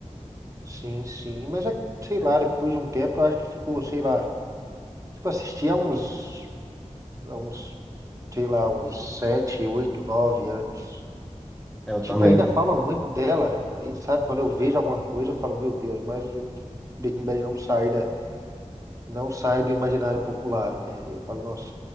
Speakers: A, on the right; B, in the centre.
A: Sim, sim, mas é, que, sei lá, depois de um tempo, eu acho que ficou, sei lá... Tipo, assisti há uns, há uns, sei lá, uns sete, oito, nove anos.
B: É, Eu
A: Tipo,
B: também.
A: ainda falam muito dela. Aí, sabe, quando eu vejo alguma coisa, eu falo, meu Deus, mas Breaking Bad não sai da, não sai do imaginário popular, né? Eu falo, nossa,